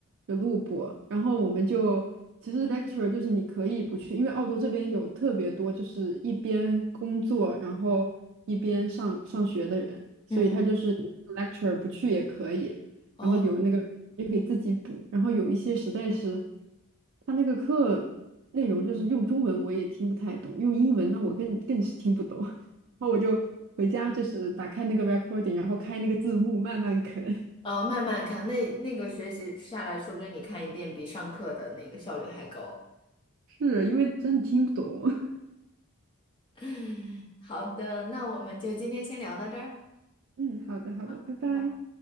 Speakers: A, on the right; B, on the left.
A: 有录播，然后我们就其实 lecture 就是你可以不去，因为澳洲这边有特别多就是一边工作然后一边上上学的人，所以他就是
B: 嗯，
A: lecture 不去也可以，
B: 哦，
A: 然后有那个也可以自己补，然后有一些实在是他那个课内容就是用中文我也听不太懂，用英文那我更更是听不懂。然后我就回家，就是打开那个 recording，然后开那个字幕慢慢啃，<laughs>
B: 哦，慢慢看，那那个学习下来，说不定你看一遍比上课的那个效率还高。
A: 是因为真的听不懂。<laughs>
B: <laughs> 好的，那我们就今天先聊到这儿，
A: 嗯，好的，好的，
B: 好，
A: 拜拜。
B: 拜拜。